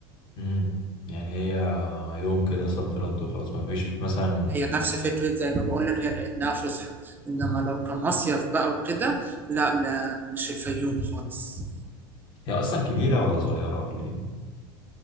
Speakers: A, on the left (about 45°); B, on the right (about 15°).
A: مم. يعني هي يوم كده صد رد وخلاص ما فيش مثلا
B: هي نفس فكرة زي ما بقول لك هي كأنها فسحة إنما لو كمصيف بقى وكده لا ما- مش الفيوم خالص
A: هي أصلا كبيرة ولا صغيرة ولا إيه